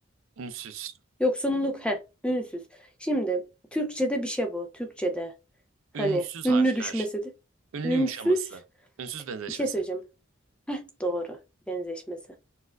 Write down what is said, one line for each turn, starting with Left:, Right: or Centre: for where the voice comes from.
Right: ünsüz,
Centre: Yoksunluk. He, ünsüz. Şimdi Türkçe'de bir şey bu. Türkçe'de. Hani
Right: ünsüz
Centre: ünlü
Right: harfler,
Centre: düşmesi de.
Right: ünlü
Centre: Ünsüz.
Right: yumuşaması, ünsüz benzeşmesi.
Centre: Bir şey söyleyeceğim. Heh, doğru. Benzeşmesi.